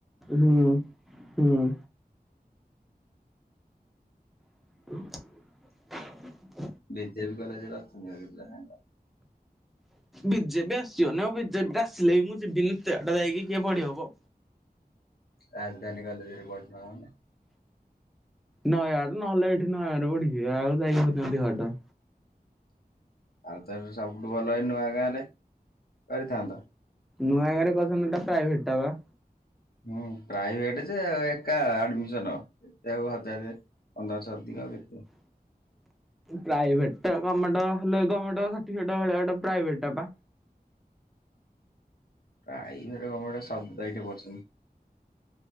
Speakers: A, in the centre; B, on the left.
A: ହୁଁ ହୁଁ, ହ
B: ବିଜେବି କଲେଜ ର <inaudible>
A: ବିଜେପି ଆସିବନି ଆଉ ବିଜେପି ଆସିଲେ ବି ମୁଁ ଯିବିନି ଏତେବାଟ ଯାଇକି କିଏ ପଢିବ ବ
B: ରାଜଧାନୀ କଲେଜରେ ପଢୁନ।
A: ନୟାଗଡ ନହେଲେ ଏଇଠି ନୟା ଆଡେ ପଢିଯିବି ଆଉ ଯାଇହବ ନି ଅଧିକ ବାଟ।
B: ତାହେଲେ ତ ସବୁଠୁ ଭଲ ହଇ ନୂଆଗାଁ ରେ କରିଥାନ୍ତ।
A: ନୂଆ ଗାଁରେ କରିଥାନ୍ତୁ ହେଟା ପ୍ରାଇଭେଟ ଟା ବା।
B: ହୁଁ ପ୍ରାଇଭେଟ ଯେ ଏକା ଆଡମିସନ ଏତେ ଆଉ ହଜାରେ ଅନ୍ଦାସ ଅଧିକା କେତ
A: ପ୍ରାଇଭେଟଟା ଗମେଣ୍ଟ ହେଲେ ଗମେଣ୍ଟ ସାଠିବିକଟ ମିଳିବ ଏଟା ପ୍ରାଇଭେଟ ଟା ପା
B: ପ୍ରାଇଭେଟ ଗମେଣ୍ଟ ସବୁତ ଏଠି ପଢୁସନ୍ତି।